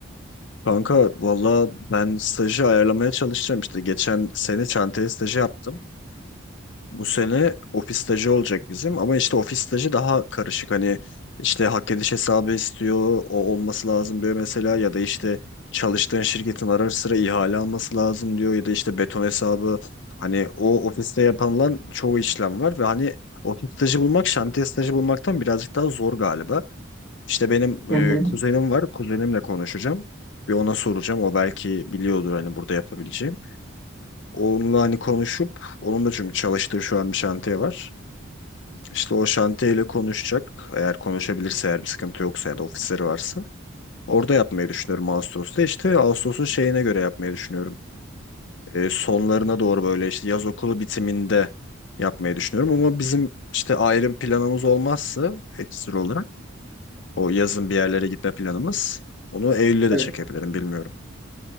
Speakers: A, on the left; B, in the centre.
A: Kanka valla ben stajı ayarlamaya çalışacağım işte. Geçen sene çantaya stajı yaptım. Bu sene ofis stajı olacak bizim ama işte ofis stajı daha karışık. Hani işte hak ediş hesabı istiyor, o olması lazım diyor mesela ya da işte çalıştığın şirketin ara sıra ihale alması lazım diyor ya da işte beton hesabı. Hani o ofiste yapılan çoğu işlem var ve hani ofis stajı bulmak şantiye stajı bulmaktan birazcık daha zor galiba. İşte benim
B: Hı
A: e,
B: hı.
A: kuzenim var. Kuzenimle konuşacağım. Bir ona soracağım. O belki biliyordur hani burada yapabileceğim. Onunla hani konuşup onun da çünkü çalıştığı şu an bir şantiye var. İşte o şantiyeyle konuşacak. Eğer konuşabilirse eğer bir sıkıntı yoksa ya da ofisleri varsa. Orada yapmayı düşünüyorum Ağustos'ta. İşte Ağustos'un şeyine göre yapmayı düşünüyorum. E, sonlarına doğru böyle işte yaz okulu bitiminde yapmayı düşünüyorum. Ama bizim işte ayrı bir planımız olmazsa ekstra olarak O yazın bir yerlere gitme planımız. Onu Eylül'e de
B: Evet.
A: çekebilirim bilmiyorum.